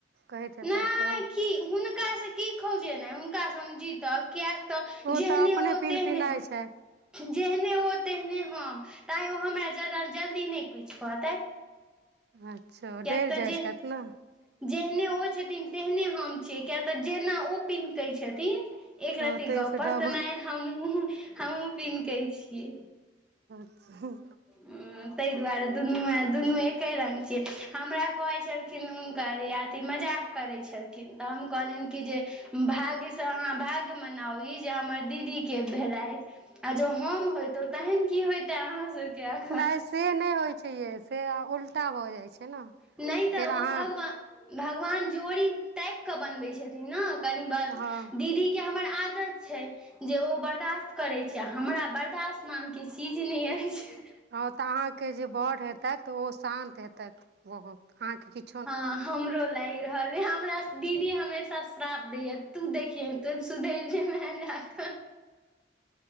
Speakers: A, on the right; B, in the centre.
A: कहैत हेतैथि
B: नहि
A: तऽ?
B: की हुनकासॅं? की खौझेनाइ? हुनकासॅं हम जीतब? कियक तँ
A: ओ
B: जेहने
A: तऽ अपने
B: ओ
A: पिन
B: तेहने
A: पिनाइ
B: हम
A: छथि
B: जेहने हो तेहने हम तैँ ओ हमरा ज्यादा जल्दी नहि किछु कहतथि
A: अच्छा,
B: किएक
A: डरि
B: तऽ
A: जाइ
B: जे
A: छथि ने!
B: जेहने ओ छथिन तेहने हम छियै, किय तऽ जेना ओ पिनकै छथिन एकरत्ती
A: हँ ताहिसँ
B: गप पर
A: डबल
B: तनाहि हमहूँ, हमहूँ पिन्हकै छियै
A: हॅं
B: हॅं, ताहि दुआरे दुनू, दुनू एके रंग छियै, हमरा कहै छल -खिन हुनका दिया जे मजाक करैत छलखिन तऽ हम कहलियनि कि जे भाग्यसँ अहाँ भाग मनाउ ई जे हमर दीदीके भेलथि आ जँ हम होइतहुँ तहन की होइते अहाँ सभके एखन?
A: नहि से नहि होइत छै यै से उल्टा भऽ जाइत छै ने
B: नहि तऽ
A: फेर
B: ओ
A: अहाँ
B: भगवान, भगवान जोड़ी ताकि कऽ बनबैत छथिन ने कनि
A: हँ
B: दीदीके हमर आदत छै जे ओ बरदाश्त करैत छै आ हमरा बरदाश्त नामके चीज नहि अछि
A: हँ तॅं अहाँकेॅं जे वर हेतथि ओ शान्त हेतथि, बहुत अहाँके किछु
B: हँ हमरो लागि रहल य हमरा दीदी हमेशा श्राप दैय तू देखिएहेन तो सुधैर जेबा जाय कऽ